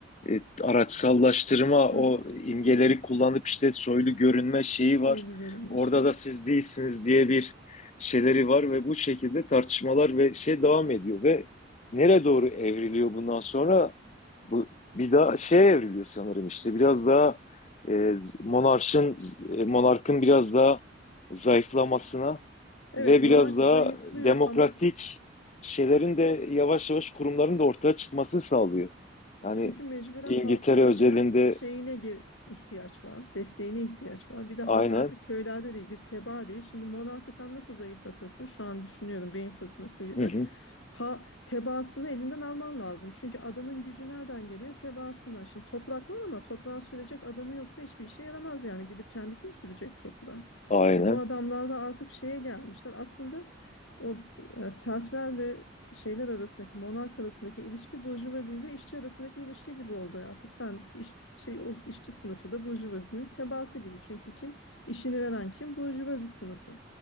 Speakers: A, on the left; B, on the left.
A: e, araçsallaştırma
B: Hı
A: o
B: hı.
A: imgeleri kullanıp işte soylu görünme şeyi
B: Soylu
A: var.
B: görünme
A: Orada
B: şeyi.
A: da siz değilsiniz diye bir şeyleri var ve bu şekilde tartışmalar ve şey devam ediyor ve nereye doğru evriliyor bundan sonra? Bu bir daha şey evriliyor sanırım işte biraz daha e, monarşın e, monarkın biraz daha zayıflamasına
B: Evet,
A: ve
B: monark
A: biraz daha
B: zayıflıyor
A: demokratik
B: ama
A: şeylerin de yavaş yavaş kurumların da ortaya çıkması sağlıyor. Yani
B: Çünkü mecburen
A: İngiltere
B: halkın da
A: özelinde
B: biraz şeyine ge- ihtiyaç var, desteğine ihtiyaç var. Bir de halk
A: aynen.
B: artık köylerde değil, bir tebaa değil. Şimdi monarkı sen nasıl zayıflatırsın? Şu an düşünüyorum beyin fırtınası gibi.
A: Hı hı.
B: Ha, tebaasını elinden alman lazım. Çünkü adamın gücü nereden geliyor? Tebaasından. Şimdi toprak var ama toprağa sürecek adamı yoksa hiçbir işe yaramaz yani. Gidip kendisi mi sürecek toprağa?
A: Aynen.
B: E bu adamlar da artık şeye gelmişler. Aslında o e, serflerle şeyler arasındaki monark arasındaki ilişki burjuvazi ile işçi arasındaki ilişki gibi oldu. Artık sen iş, şey o işçi sınıfı da burjuvazinin tebaası gibi. Çünkü kim işini veren kim burjuvazi sınıfı.